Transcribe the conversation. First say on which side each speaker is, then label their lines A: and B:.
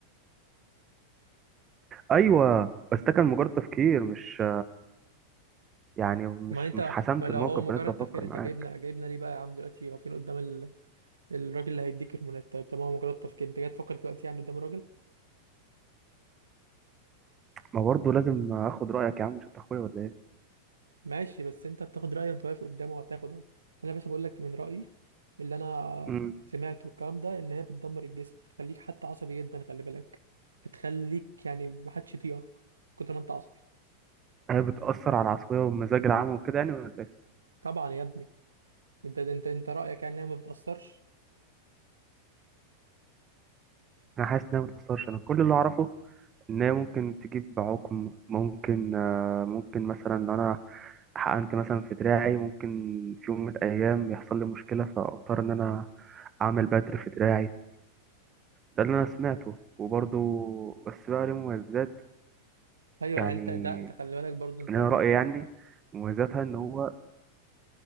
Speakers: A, on the right; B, on the right.
A: ايوه بس ده كان مجرد تفكير مش يعني مش
B: ما انت
A: مش حسمت
B: ما لو
A: الموقف
B: هو مجرد
A: ولسه بفكر
B: تفكير انت
A: معاك
B: جايبنا جايبنا ليه بقى يا عم دلوقتي واقفين قدام ال... الراجل اللي هيديك هرمونات طيب طب ما هو مجرد تفكير انت جاي تفكر دلوقتي يعني قدام الراجل
A: ما برضه لازم اخد رايك يا عم مش انت اخويا ولا ايه
B: ماشي بس انت بتاخد رأيه وانت واقف قدامه هتاخده انا يا باشا بقول لك من رأيي اللي انا
A: امم
B: سمعته الكلام ده ان هي بتدمر الجسم بتخليك حتى عصبي جدا خلي بالك بتخليك يعني محدش يطيقك كتر ما انت عصبي
A: هي بتاثر على العصبيه والمزاج العام وكده يعني ولا ايه
B: طبعا يا ابني انت انت انت رأيك يعني انها ما بتأثرش
A: انا حاسس انها ما تاثرش انا كل اللي اعرفه ان هي ممكن تجيب عقم ممكن آه، ممكن مثلا لو انا حقنت مثلا في دراعي ممكن في يوم من الايام يحصل لي مشكله فاضطر ان انا اعمل بتر في دراعي ده اللي انا سمعته وبرضه بس بقى ليه مميزات
B: ايوه
A: يعني
B: يعني انت ده تخلي بالك برضو انت
A: ان انا رايي يعني مميزاتها ان هو